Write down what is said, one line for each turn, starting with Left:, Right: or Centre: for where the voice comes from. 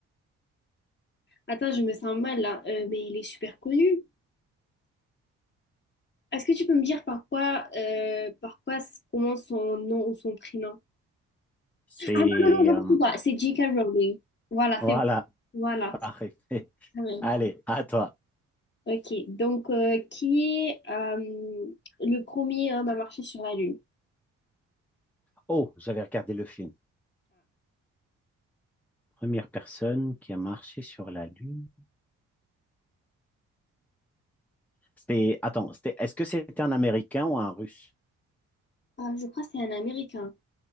Left: Attends, je me sens mal là. Euh, mais il est super connu. Est-ce que tu peux me dire par quoi, euh, par quoi s- commence son nom ou son prénom?
Centre: C'est...
Left: Ah non, non, non, n'importe
Centre: euh,
Left: quoi. C'est J.K. Rowling. Voilà,
Centre: voilà,
Left: c'est bon. Voilà, c'est
Centre: parfait. <laughs>
Left: quand même.
Centre: Allez, à toi.
Left: Ok, donc euh, qui est euh, le premier homme à marcher sur la Lune?
Centre: Oh, j'avais regardé le film. Première personne qui a marché sur la Lune. C'était... Attends, c'était... est-ce que c'était un Américain ou un Russe?
Left: Ah, je crois que c'est un Américain.